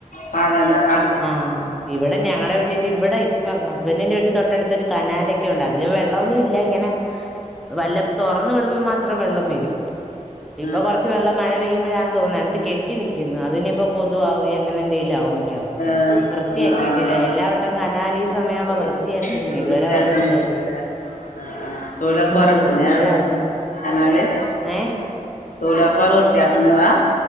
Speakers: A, on the left; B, in the centre.
A: പാടെല്ലാം ഹാ.
B: ആഹ് ഇവിടെ ഞങ്ങളടെ വീടീന്റെ ഇവിടെ, ഇവിടെ- ആ ഹസ്ബൻറിന്റെ വീട്ടില് തൊട്ടടുത്തൊരു കനാലൊക്കെ ഉണ്ട്, അതില് വെള്ളൊന്നും ഇല്ല ഇങ്ങനെ വല്ല തൊറ- <unintelligible> വിടുമ്പോ മാത്രം വെള്ളം വരും,
A: ആഹ്
B: ഇപ്പം
A: ആഹ്
B: കൊറച്ച് വെള്ളം മഴ പെയ്യുമ്പോഴാന്ന് തോനുന്നു അത്. ൽക്കുന്നു അതിനിപ്പോ കൊതു- ആവും അങ്ങനെ എന്തേലും ആവും മിക്കവാറും.
A: ആഹാ
B: വൃത്തിയാക്കിയിട്ടില്ല
A: ആഹാ
B: എല്ലാ വട്ടവും കനാല് ഈ സമയമാകുമ്പോ വൃത്തിയാക്കുന്നു
A: <inaudible>
B: ഇതുവരെ
A: വൃത്തിയാക്കുന്നത്
B: വന്നില്ലാരും
A: അല്ലേ? ആഹാ ആഹാ തൊഴിലൊറപ്പ്
B: ഉം
A: പൊലെ എടുക്കുന്നേ
B: ഇതുവരെ വന്നില്ല
A: കനാല്.
B: ഏഹ്
A: തൊഴിലൊർപാര് വൃത്തിയാക്കുന്നതാ?